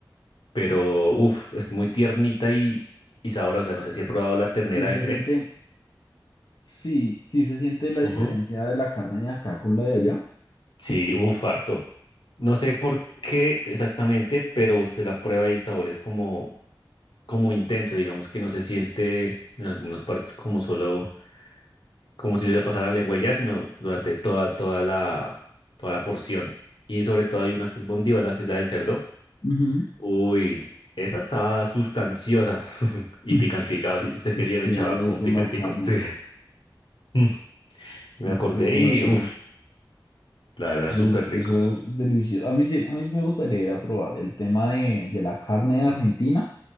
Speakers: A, on the left; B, on the left.
A: pero uff, es muy tiernita y, y sabrosa. No sé si he probado la ternera
B: Sí se
A: de crepes.
B: siente, sí, sí se siente la
A: Ujú.
B: diferencia de la carne de acá con la de allá.
A: Sí, uff, harto. No sé por qué exactamente, pero usted la prueba y el sabor es como, como intenso, digamos que no se siente en algunas partes como solo, como si le pasara la lengua y ya, sino durante toda, toda la, toda la porción. Y sobre todo hay una que es bondiola, que es la del cerdo.
B: Ujú.
A: Uy, esa estaba sustanciosa <laughs> y
B: <laughs>
A: picantica. Si usted quería,
B: Es que
A: le echaba
B: rico
A: como un picantico.
B: la carne,
A: Sí. <laughs>
B: qué
A: Y me acordé
B: rico
A: y,
B: la carne.
A: uff, la verdad,
B: Eso,
A: súper
B: es,
A: rico.
B: eso es delicioso. A mí sí, a mí sí me gustaría ir a probar el tema de, de la carne de Argentina.